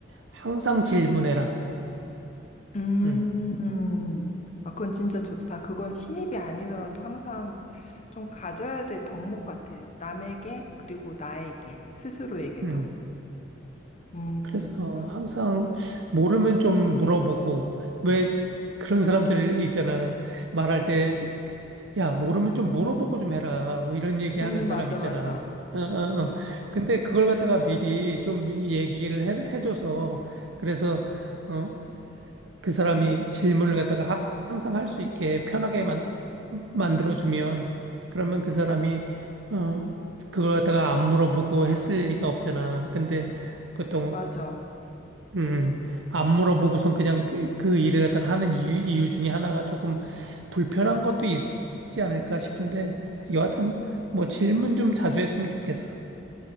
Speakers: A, on the right; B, on the left.
A: 항상 질문해라.
B: 음,
A: 응,
B: 아, 그건 진짜 좋다. 그건 신입이 아니더라도 항상 좀 가져야 될 덕목 같아. 남에게, 그리고 나에게, 스스로에게도.
A: 응.
B: 음,
A: 그래서 항상 모르면 좀 물어보고, 왜 그런 사람들 있잖아. 말할 때, 야, 모르면 좀 물어보고 좀 해라. 뭐 이런 얘기
B: 음,
A: 하는 사람
B: 맞아,
A: 있잖아.
B: 맞아.
A: 어, 어,
B: 음,
A: 어.
B: 맞아.
A: 근데 그걸 갖다가 미리 좀 얘기를 해, 해줘서, 그래서, 어, 그 사람이 질문을 갖다가 하- 항상 할 수 있게 편하게 만, 만들어주면, 그러면 그 사람이, 어, 그걸 갖다가 안 물어보고 했을 리가 없잖아. 근데 보통
B: 맞아.
A: 음, 안 물어보고선 그냥 그, 그 일을 갖다가 하는 이유, 이유 중에 하나가 조금 불편한 것도 있지 않을까 싶은데, 여하튼, 뭐 질문 좀 자주 했으면 좋겠어.